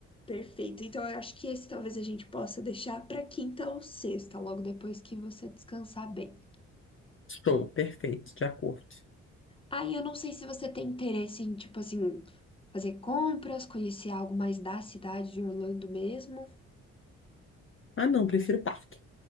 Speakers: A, on the left (about 15°); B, on the left (about 35°).
A: Perfeito. Então, eu acho que esse talvez a gente possa deixar para quinta ou sexta, logo depois que você descansar bem.
B: Show, perfeito, de acordo.
A: Aí, eu não sei se você tem interesse em, tipo assim, fazer compras, conhecer algo mais da cidade de Orlando mesmo.
B: Ah, não, prefiro parque.